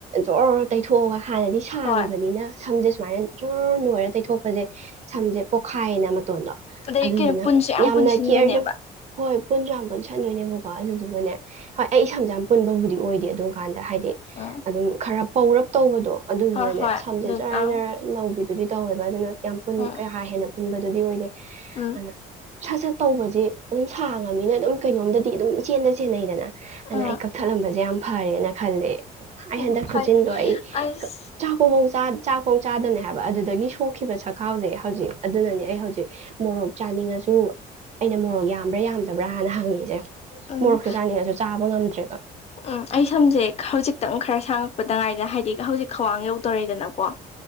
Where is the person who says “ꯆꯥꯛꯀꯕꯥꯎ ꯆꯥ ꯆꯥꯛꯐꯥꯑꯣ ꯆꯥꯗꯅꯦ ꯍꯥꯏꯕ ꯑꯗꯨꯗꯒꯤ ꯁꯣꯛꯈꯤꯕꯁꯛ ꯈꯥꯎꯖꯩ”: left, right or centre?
Right